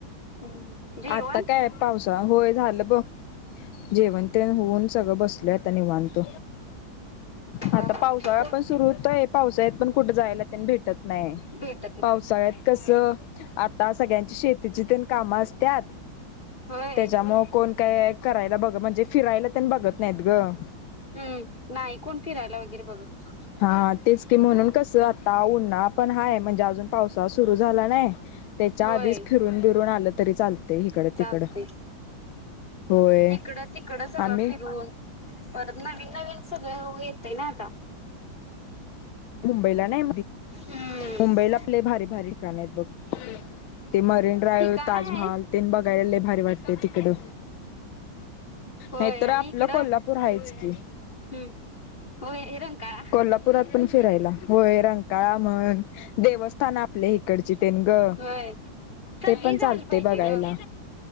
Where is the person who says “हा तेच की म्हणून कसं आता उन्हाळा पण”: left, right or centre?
Left